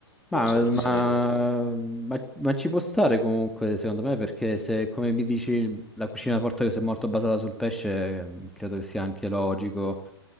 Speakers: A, on the left (about 55°); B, in the centre.
A: non
B: Ma,
A: so perché
B: ma-
A: si chiami verde.
B: ma- ma ci può stare comunque, secondo me, perché se, come mi dici, la cucina portoghese è molto basata sul pesce, eh, credo che sia anche logico.